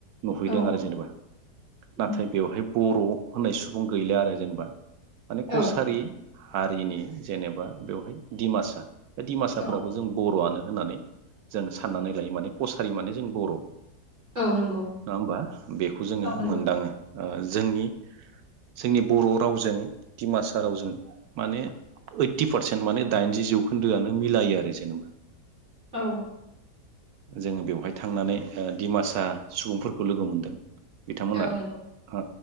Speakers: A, on the right; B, on the right.
A: नुहैदों
B: औ
A: आरो जेनेबा नाथाय
B: उम
A: बेवहाय बर' होननाय सुबुं गैला आरो जेनेबा माने
B: औ
A: कसारि। हारिनि जेनेबा बेवहाय दिडिमासा बे दिमासाफोराबो
B: औ
A: जों बर'आनो होननानै जों साननानै लायो माने कसारि माने जों बर'
B: औ नंगौ
A: नङा होमबा बेखौ जोङो
B: औ नंगौ
A: मोनदाङो ओ जोंनि जोंनि बर' रावजों दिमासा रावजों माने ओइटि पारसेन्ट माने दाइनजि जौखोन्दोआनो मिलायो आरो जेनेबा
B: औ
A: जोङो बेवहाय थांनानै ओ दिमासा सुबुंफोरखौ लोगो मोनदों <inaudible> बिथांमोना
B: औ नंगौ
A: ओ